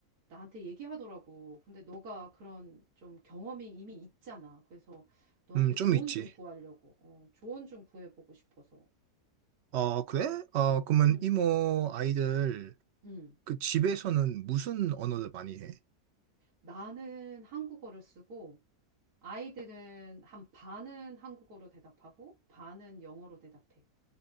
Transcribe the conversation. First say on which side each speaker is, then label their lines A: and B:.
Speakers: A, on the right; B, on the right.
A: 나한테 얘기하더라고. 근데 너가 그런 좀 경험이 이미 있잖아. 그래서 너한테
B: 음, 좀
A: 조언
B: 있지.
A: 좀 구하려고. 어, 조언 좀 구해보고 싶어서.
B: 어, 그래?
A: 너,
B: 어,
A: 음,
B: 그러면
A: 음,
B: 이모 아이들
A: 음.
B: 그 집에서는 무슨 언어를 많이 해?
A: 나는 한국어를 쓰고 아이들은 한 반은 한국어로 대답하고 반은 영어로 대답해.